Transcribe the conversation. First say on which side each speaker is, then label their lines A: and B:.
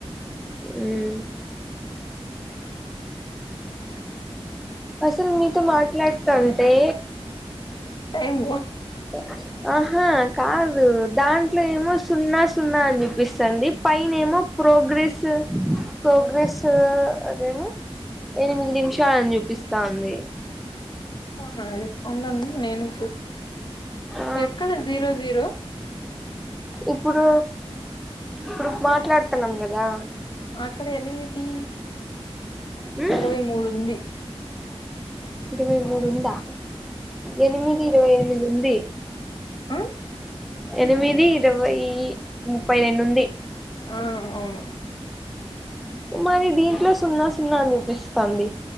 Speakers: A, in the centre; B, on the left (about 45°).
A: మ్ అసల్ నీతో మాట్లాడతంటే
B: టైం
A: <inaudible> ఆహా కాదు దాంట్లో ఏమో సున్నా సున్నా అని చూపిస్తుంది పైనేమో ప్రోగ్రెసివ్ ప్రోగ్రెస్ అదేమో ఎనిమిది నిమిషాలని చూపిస్తాంది
B: అవునా ఉండుండు నేను చూస్త
A: ఆ
B: ఎక్కడ జీరో జీరో
A: ఇప్పుడు ఇప్పుడు మాట్లాడుతున్నాం కదా
B: అక్కడ ఎనిమిది
A: మ్మ్
B: ఇరవై మూడు ఉంది
A: ఇరవై మూడు ఉందా ఎనిమిది ఇరవై ఎనిమిది ఉంది
B: ఆ
A: ఎనిమిది ఇరవై ముప్పై రెండు ఉంది
B: ఆ అవును
A: మరి దీంట్లో సున్నా సున్నా అని చూపిస్తాంది